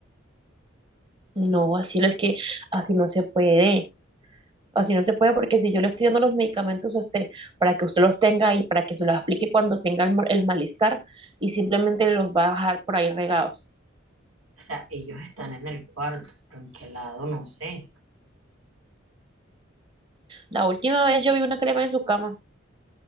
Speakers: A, on the right; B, on the right.
A: No, así no es que así no se puede. Así no se puede porque si yo le estoy dando los medicamentos a usted para que usted los tenga y para que se los aplique cuando tenga el, ma- el malestar y simplemente los va a dejar por ahí regados.
B: O sea, ellos están en el cuarto, pero en qué lado, no sé.
A: La última vez yo vi una crema en su cama.